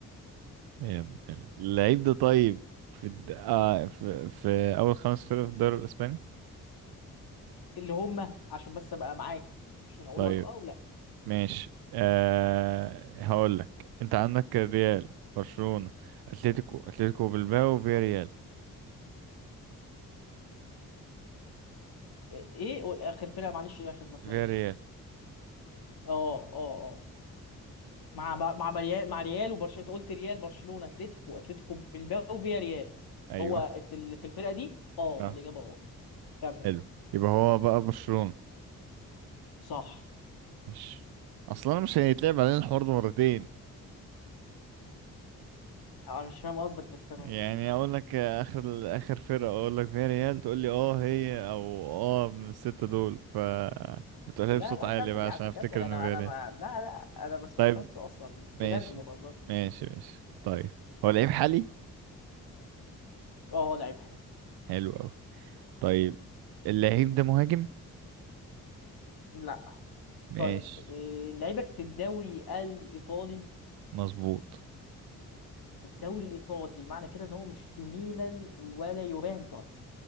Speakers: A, on the right; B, on the left.
A: يا ابن ال- اللعيب ده طيب في الد... آه في... في اول خمس فرق في الدوري الاسباني
B: اللي هم عشان بس ابقى معاك عشان اقول
A: طيب
B: لك اه ولا
A: ماشي آه هقول لك انت عندك الريال برشلونة اتلتيكو اتلتيكو بالباو فيا ريال
B: ايه اخر فرقة معلش ايه عشان ما سمعتش
A: فيا ريال
B: اه اه آه. مع ب- مع بريال مع ريال وبرشلونه انت قلت ريال برشلونه اتلتيكو اتلتيكو بالباو وفيا ريال
A: ايوه
B: هو في ال- في الفرقه دي اه
A: اه
B: الاجابه اه كمل
A: حلو يبقى هو بقى برشلونة
B: صح
A: ماشي اصلا مش هيتلعب علينا الحوار ده مرتين
B: انا مش فاهم قصدك بس تمام
A: يعني اقول لك اخر اخر فرقه اقول لك فيها ريال تقول لي اه هي او اه من السته دول ف بتقولها
B: لا
A: لي بصوت
B: لا
A: عالي
B: كمل
A: بقى
B: يا
A: عشان
B: عم
A: افتكر
B: كمل انا
A: ان فيها
B: انا
A: ريال
B: ما لا لا انا ما سمعتكش
A: طيب
B: اصلا بجد
A: ماشي
B: ما بهزرش
A: ماشي ماشي طيب هو لعيب حالي
B: اه لعيب حالي
A: حلو قوي طيب اللعيب ده مهاجم
B: لا
A: ماشي
B: طيب إيه لعيبك في الدوري الايطالي
A: مظبوط
B: الدوري الايطالي معنى كده ان هو مش في ميلان ولا يوفنتوس